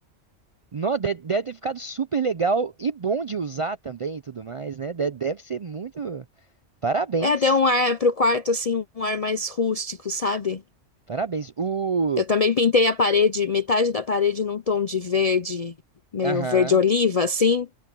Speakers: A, on the right; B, on the left.
A: Nó, de- deve ter ficado super legal e bom de usar também e tudo mais, né? De- Deve ser muito. Parabéns,
B: É, deu um ar pro quarto, assim, um ar mais rústico, sabe?
A: parabéns. O.
B: Eu também pintei a parede, metade da parede num tom de verde, meio
A: Aham.
B: verde oliva, assim.